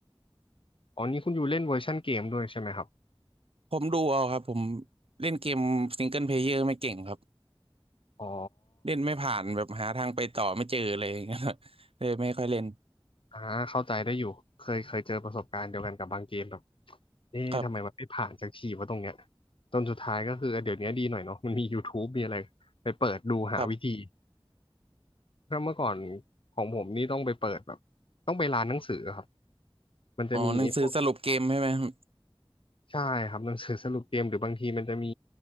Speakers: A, on the left (about 65°); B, on the right (about 80°).
A: อ๋อนี่คุณอยู่เล่นเวอร์ชันเกมด้วยใช่ไหมครับ
B: ผมดูเอาครับผมเล่นเกมซิงเกิลเพลเยอร์ไม่เก่งครับ
A: อ๋อ
B: เล่นไม่ผ่านแบบหาทางไปต่อไม่เจอเลยอย่างเงี้ย <laughs> เลยไม่ค่อยเล่น
A: อ่าเข้าใจได้อยู่เคยเคยเจอประสบการณ์เดียวกันกับบางเกมแบบเอ๊ะทำไมมันไม่ผ่านสักทีวะตรงเนี้ย
B: ครับ
A: จนสุดท้ายก็คือเออเดี๋ยวนี้ดีหน่อยเนาะมันมี YouTube มีอะไรไปเปิดดูหาวิธี
B: ครับ
A: เพราะเมื่อก่อนของผมนี่ต้องไปเปิดแบบต้องไปร้านหนังสือครับมันจะมีไอ้พวก
B: อ๋อหนังสือสรุปเกมใช่ไหมครับ
A: ใช่ครับหนังสือสรุปเกมหรือบางทีมันจะมี